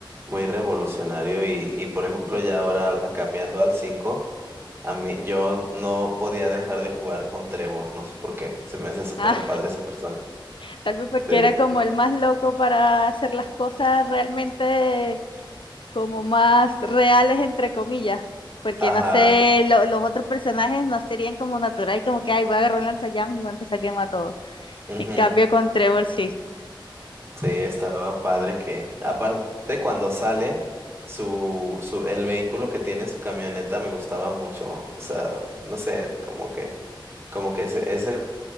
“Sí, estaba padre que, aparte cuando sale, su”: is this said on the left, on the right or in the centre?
Right